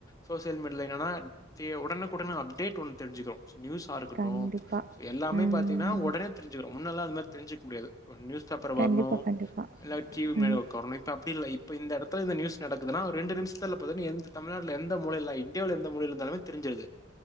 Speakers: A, on the left (about 20°); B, on the right (about 45°).
A: சோசியல் மீடியால என்னன்னா ஃபி உடனுக்குடன் அப்டேட் ஒன்னு தெரிஞ்சிக்றோ நியூஸ் ஸா இருக்கட்டு
B: கண்டிப்பா.
A: எல்லாமே
B: ம்
A: பாத்தீங்கன்னா ஒடனே தெரிஞ்சிக்கிறோ முன்னல்லா அது மாரி தெரிஞ்சுக்க முடியாது ஒரு நியூஸ் பேப்பர்
B: கண்டிப்பா
A: வர்ணு
B: கண்டிப்பா.
A: இல்ல டிவி முன்னாடி
B: ம்
A: உக்காரணு இப்போ அப்டி இல்ல இப்ப இந்த எடத்துல இந்த நியூஸ் நடக்குதுனா ஒரு ரெண்டு நிமிஷத்துல போய் எந்த தமிழ்நாட்ல எந் த மூலையில இண்டியாவுல எந்த மூலையில இருந்தாலுமே தெரிஞ்சிருது